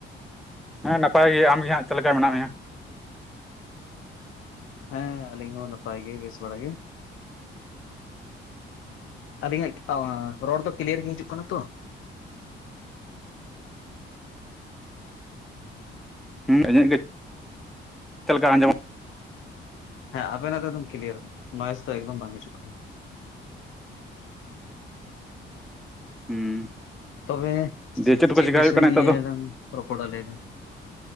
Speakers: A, in the centre; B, on the left (about 85°).
A: ᱦᱮᱸ ᱱᱟᱯᱟᱭ ᱜᱮ ᱟᱢ ᱜᱮ ᱦᱟᱸᱜ ᱪᱮᱫ ᱞᱮᱠᱟ ᱢᱮᱱᱟᱜ ᱢᱮᱭᱟ
B: ᱦᱮᱸ ᱟᱹᱞᱤᱧ ᱦᱚᱸ ᱱᱟᱯᱟᱭ ᱜᱮ ᱵᱮᱥ ᱵᱟᱲᱟ ᱜᱮ ᱟᱹᱞᱤᱧᱟᱜ ᱨᱚᱲ ᱫᱚ ᱠᱤᱞᱭᱟᱨ ᱜᱮ ᱦᱤᱡᱩᱜ ᱠᱟᱱᱟ ᱛᱚ
A: ᱦᱩᱸ ᱤᱧᱟᱹᱜ ᱜᱮ ᱪᱮᱠᱟ ᱟᱸᱡᱚᱢᱚᱜ
B: ᱦᱮᱸ ᱟᱵᱮᱱᱟᱜ ᱫᱚ ᱫᱚᱢ ᱠᱞᱤᱭᱟᱨ ᱱᱚᱮᱥ ᱫᱚ ᱮᱠᱫᱚᱢ ᱵᱟᱝ ᱦᱤᱡᱩᱜ ᱠᱟᱱᱟ
A: ᱦᱩᱸ
B: ᱛᱚᱵᱮ
A: ᱫᱤᱭᱮ
B: ᱪᱮᱫ
A: ᱠᱚ ᱪᱮᱠᱟ
B: ᱵᱤᱥᱚᱭ
A: ᱦᱩᱭᱩᱜ ᱠᱟᱱᱟ
B: ᱱᱤᱭᱟᱹ
A: ᱱᱤᱛᱚᱜ
B: ᱫᱚ ᱨᱚᱯᱚᱲᱟ ᱞᱟᱹᱭ ᱵᱤᱱ